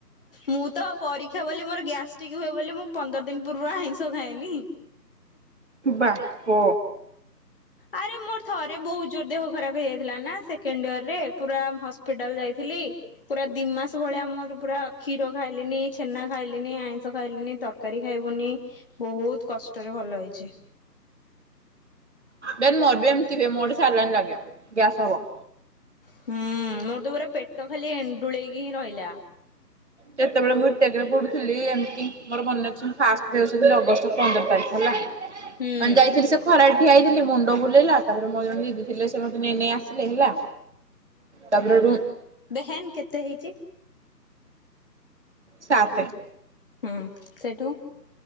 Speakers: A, on the left (about 35°); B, on the right (about 40°).
A: ମୁଁ ତ ପରୀକ୍ଷା ବୋଲି ମୋର ଗ୍ୟାଷ୍ଟ୍ରିକ ହୁଏ ବୋଲି ମୁଁ ପନ୍ଦର ଦିନ୍‌ ପୂର୍ବରୁ ଆଇଁଷ ଖାଏନି।
B: ବାପ।
A: ଆରେ ମୋର ଥରେ ବହୁତ ଜୋର ଦେହ ଖରାପ ହେଇଯାଇଥିଲା ନା ସେକେଣ୍ଡ ଇୟର ରେ ପୁରା ହସ୍ପିଟାଲ ଯାଇଥିଲି ପୁରା ଦି ମାସ ଭଳିଆ ମୁଁ ପୁରା କ୍ଷୀର ଖାଇଲିନି ଛେନା ଖାଇଲିନି ଆଇଁଷ ଖାଇଲିନି ତରକାରୀ ଖାଇବୁନି। ବହୁତ କଷ୍ଟରେ ଭଲ ହେଇଛି।
B: ବ ମୋର ବି ଏମତିିବେ ମୋଡିେ ସାରିଲଣି ଲାଗେ ଗ୍ୟାସ୍ ହବ।
A: ହୁଁ ମୋର ତୁ ପୁରା ପେଟ ଖାଲି ଏଣ୍ଡୁଳେଇକି ହିଁ ରହିଲା।
B: ଯେତେବେଳେ ମୁଁ ଇତ୍ୟାକରେ ପଢୁଥିଲି ଏମିତି ମୋର ମନେ ଅଛି ଫାଷ୍ଟେ ଅଗଷ୍ଟ ପନ୍ଦର ତାରିଖ ହେଲା ମାନେ
A: ହୁଁ
B: ଯାଇଥିଲି ସେ ଖରା ଠିଆଇଥିଲି ମୁଣ୍ଡ ବୁଲେଇଲା ତାପରେ ମୋ ଜଣେ ଦିଦି ଥିଲେ ସେ ମତେ ନେଇ ଆସିଲେ ହେଲା। ତାପରେ
A: ବେହେନ୍ କେତେ ହେଇଛି।
B: ସାତେ
A: ହୁଁ ସେଠୁ